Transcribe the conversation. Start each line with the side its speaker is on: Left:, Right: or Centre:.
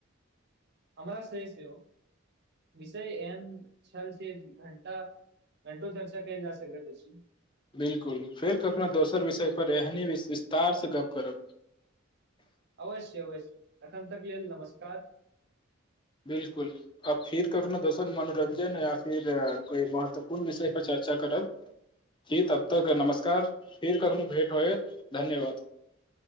Right: हमरा स सेहो ओ विषय एन छल छै घंटा घंटो चर्चा केल जा सकइत अछी
Left: बिल्कुल फेर कखना दोसर विषय पर एहनी वि विस्तार से गप करब
Right: अवश्य अवश्य एखन तक लेल नमस्कार
Left: बिल्कुल आब फिर क अपना दोसर मनोरञ्जन या फिर कोई महत्वपूर्ण विषय पर चर्चा चर्चा करब
Right: ह
Left: जी तब तक नमस्कार फिर कखनो भेट होए धन्यवाद